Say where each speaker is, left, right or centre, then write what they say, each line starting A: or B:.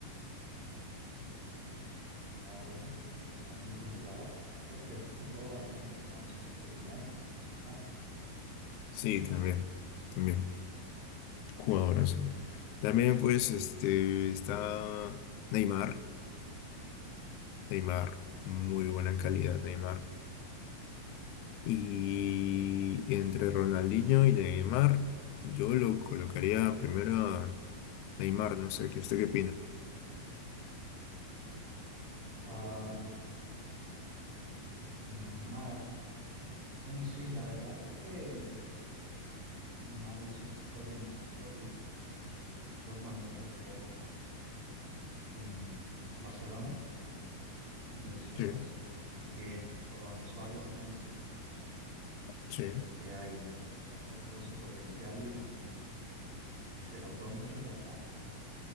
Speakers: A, on the right; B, on the left.
A: Ah, bueno, era un muy buen jugador. Creo que él jugó en el Manchester United, si no estoy mal.
B: Sí, también, también.
A: Sí, no estoy mal.
B: Jugadorazo. También, pues, este, está Neymar. Neymar, muy buena calidad, Neymar. Y entre Ronaldinho y Neymar, yo lo colocaría primero a Neymar, no sé, ¿qué usted qué opina?
A: Ah, de Neymar. Bueno, sí, la verdad es que Neymar hizo historia en el fútbol, sobre todo cuando jugó en Barcelona, cuando hizo
B: Sí,
A: el cliente con Suárez y Messi.
B: sí,
A: Creo que ahí sacó todo su potencial y, y- y se notó mucho la, la-